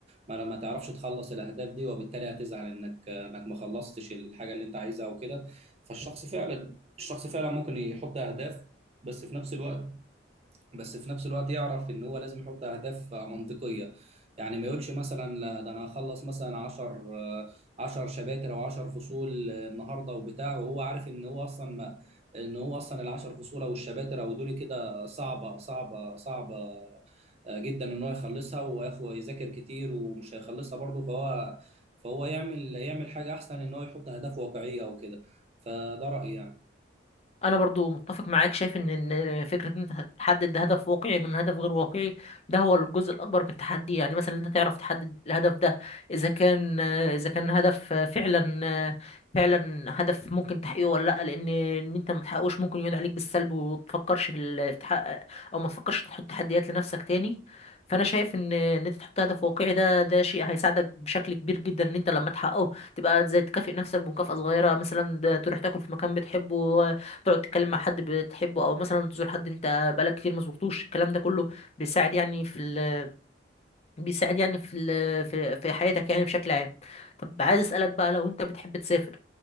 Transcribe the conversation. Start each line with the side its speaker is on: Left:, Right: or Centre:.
Right: ما ما تعرفش تخلص الاهداف دي وبالتالي هتزعل انك آه، انك ما خلصتش الحاجه اللي انت عايزها او كده فالشخص فعلا الشخص فعلا ممكن يحط اهداف بس في نفس الوقت بس في نفس الوقت يعرف ان هو لازم يحط اهداف منطقيه يعني ما يقولش مثلا لا ده انا هخلص مثلا 10 10 شباتر او 10 فصول النهارده وبتاع وهو عارف ان هو اصلا ما ان هو اصلا ال 10 فصول او الشباتر او دول كده صعبه صعبه صعبه جدا ان هو يخلصها وياخد ويذاكر كتير ومش هيخلصها برضه فهو فهو يعمل يعمل حاجه احسن ان هو يحط اهداف واقعيه او كده فده رايي يعني
Left: انا برضو متفق معاك شايف ان إن فكره ان انت تحدد هدف واقعي من هدف غير واقعي ده هو الجزء الاكبر بالتحدي يعني مثلا انت تعرف تحدد الهدف ده اذا كان اذا كان هدف فعلا فعلا هدف ممكن تحقيقه ولا لا لان ان انت ما تحققوش ممكن يقعد عليك بالسلب وتفكرش في ال- في تحقق او ما تفكرش تحط تحديات لنفسك تاني فانا شايف ان ان انت تحط هدف واقعي ده ده شيء هيساعدك بشكل كبير جدا ان انت لما تحققه تبقى زي تكافئ نفسك بمكافأة صغيرة مثلا ده تروح تاكل في مكان بتحبه تقعد تتكلم مع حد بتحبه او مثلا تزور حد انت بقالك كتير ما زرتوش الكلام ده كله بيساعد يعني في ال... بيساعد يعني في ال... في في حياتك يعني بشكل عام طب عايز اسالك بقى لو انت بتحب تسافر